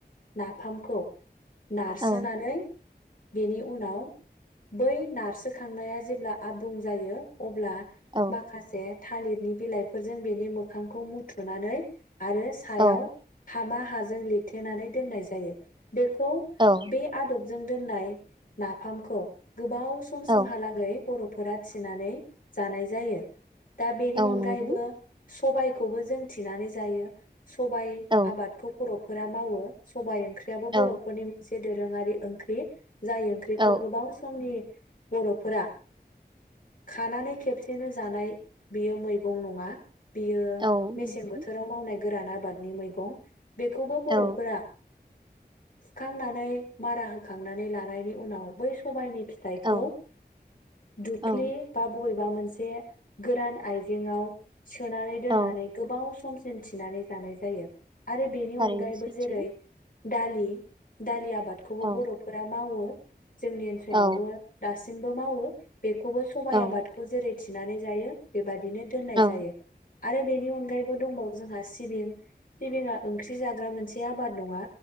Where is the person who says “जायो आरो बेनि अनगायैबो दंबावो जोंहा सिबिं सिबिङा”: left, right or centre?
Left